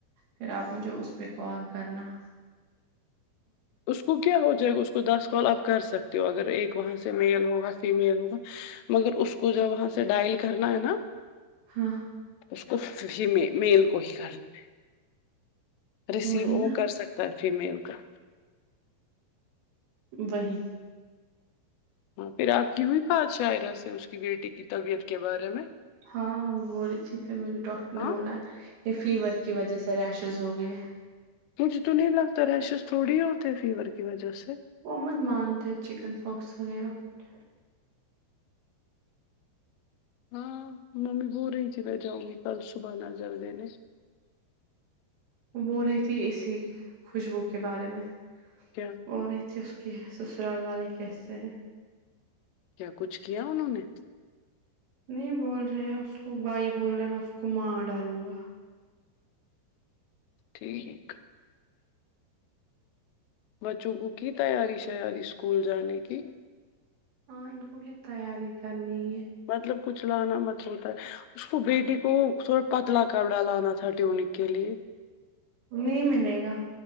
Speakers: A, on the right (about 85°); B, on the left (about 85°).
A: پھر آپ مجھے اس پہ کال کرنا
B: اس کو کیا ہو جائے گا اس کو دس کال آپ کر سکتے ہو اگر ایک وہاں سے میل ہوگا فیمیل ہوگا مگر اس کو جو وہاں سے ڈائل کرنا ہے نا
A: ہاں
B: اس کو ہی میل کو ہی کرنا ہے ریسیو
A: وہی
B: وہ
A: نا
B: کر سکتا ہے فیمیل کا
A: وہہی
B: ہاں پھر آپ کی ہوئی بات شاعرہ سے اس کی بیٹی کی طبیعت کے بارے میں
A: ہاں وہ بول رہی تھی پھر مجھے ڈاکٹر نے
B: ہاں
A: بولا کہ فیور کی وجہ سے ریشز ہو گئے
B: مجھے تو نہیں لگتا ریشز تھوڑی ہوتے ہیں فیور کی وجہ سے
A: وہ بہت مانتے چکن پاکس وغیرہ کچھ
B: ہاں ممی بول رہی تھی میں جاؤں گی کل صبح نظر دینے
A: وہ بول رہی تھی اسی خوشبو کے بارے میں
B: کیا
A: عورت اس کی سسرال والے کیسے ہیں
B: کیا کچھ کیا انہوں نے
A: نہیں بول رہے ہیں اس کو بھائی بول رہا ہے میں اس کو مار ڈالوں گا
B: ٹھیک بچوں کو کی تیاری شیاری اسکول جانے کی
A: ہاں ان کو بھی تیاری کرنی ہے
B: مطلب کچھ لانا مت ہوتا ہے اس کو بیٹی کو تھوڑا پتلا کر ڈلانا تھا ٹیونی کے لیے
A: نہیں ملے گا